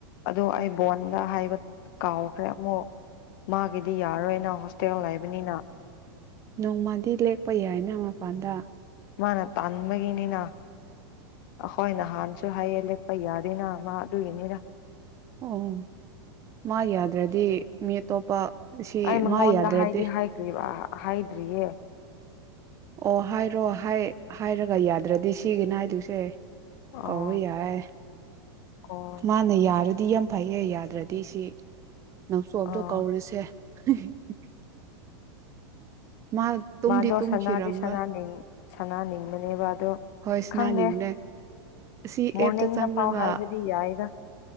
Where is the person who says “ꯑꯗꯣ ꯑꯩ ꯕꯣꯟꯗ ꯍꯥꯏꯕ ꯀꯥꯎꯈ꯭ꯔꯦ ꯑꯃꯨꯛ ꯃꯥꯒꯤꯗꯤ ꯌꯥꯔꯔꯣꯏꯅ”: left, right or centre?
Left